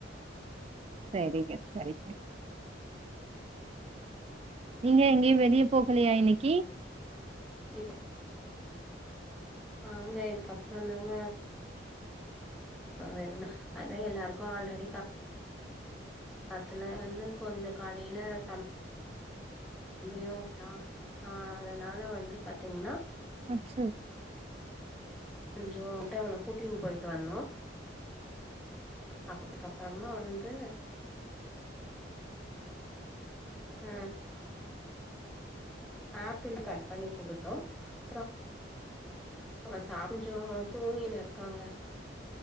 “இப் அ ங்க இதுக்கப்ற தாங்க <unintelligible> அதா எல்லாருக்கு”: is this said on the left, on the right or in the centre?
Centre